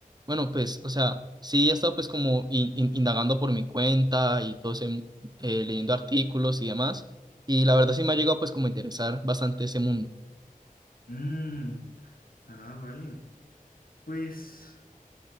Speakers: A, on the right; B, on the left.
A: Bueno, pues, o sea, sí he estado pues como in- in- indagando por mi cuenta y todo ese, mm, eh, leyendo artículos y demás, y la verdad sí me ha llegado pues como a interesar bastante ese mundo.
B: Mm, ah, vale. Pues